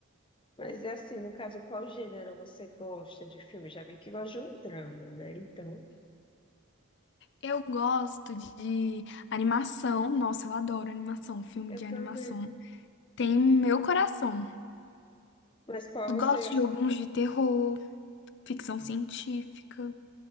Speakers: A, on the left (about 20°); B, on the left (about 50°).
A: Mas é assim, no caso, qual gênero você gosta de filme? Já vi que gosta de um drama, né? Então,
B: Eu gosto de animação. Nossa, eu adoro animação, filme
A: eu
B: de animação.
A: também.
B: Tem meu coração.
A: Mas qual
B: Gosto
A: você.
B: de alguns de terror, ficção científica.